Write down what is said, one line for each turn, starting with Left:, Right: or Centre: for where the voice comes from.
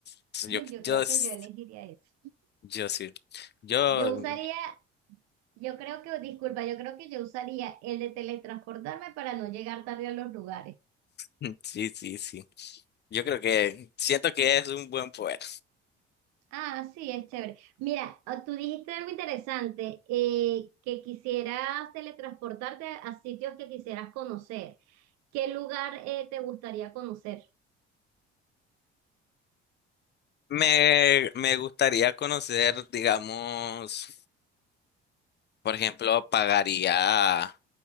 Left: Entonces,
Right: Yo
Left: yo, yo,
Right: creo
Left: s-
Right: que yo elegiría eso.
Left: yo sí, yo,
Right: Yo usaría, yo creo que, disculpa, yo creo que yo usaría el de teletransportarme para no llegar tarde a los lugares.
Left: <laughs> sí, sí, sí. Yo creo que siento que es un buen poder.
Right: Ah, sí, es chévere. Mira, ah, tú dijiste algo interesante, eh, que quisieras teletransportarte a sitios que quisieras conocer. ¿Qué lugar eh, te gustaría conocer?
Left: Me, me gustaría conocer, digamos, por ejemplo, pagaría.